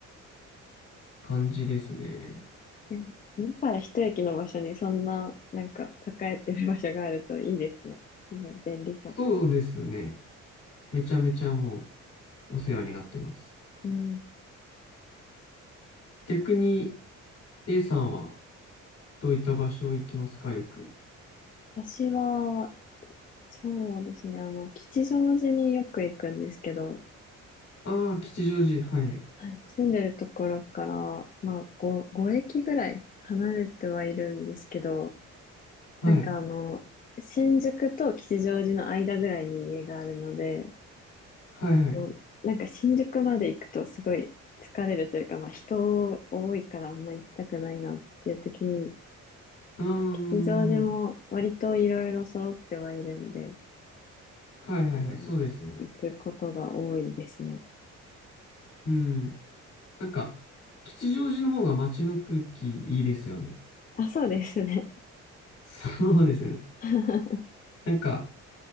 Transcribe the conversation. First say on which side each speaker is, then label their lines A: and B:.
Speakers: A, on the left; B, on the left.
A: 感じですね。
B: や、家から一駅の場所にそんな、なんか栄えてる場所があるといいですね。うん、便利そう。
A: そうですね。めちゃめちゃもうお世話になってます。
B: うん。
A: 逆に A さんはどういった場所行きますか、よく。
B: 私は、そうですね、あの、吉祥寺によく行くんですけど、
A: ああ、吉祥寺。はい。
B: はい、住んでるところから、まあ、5、5駅ぐらい離れてはいるんですけど、
A: はい。
B: なんかあの、新宿と吉祥寺の間ぐらいに家があるので、
A: はいはい。
B: もうなんか新宿まで行くとすごい疲れるというか、まあ人多いからあんま行きたくないなっていう時に、
A: うー
B: まあ吉祥寺も割といろいろ揃ってはいるんで、
A: ん。はいはいはい。
B: うん、
A: そうですね。
B: 行くことが多いですね。
A: うん。なんか、吉祥寺の方が街の空気いいですよね。
B: あ、そうですね。
A: そうですね。
B: <laughs> は
A: なんか、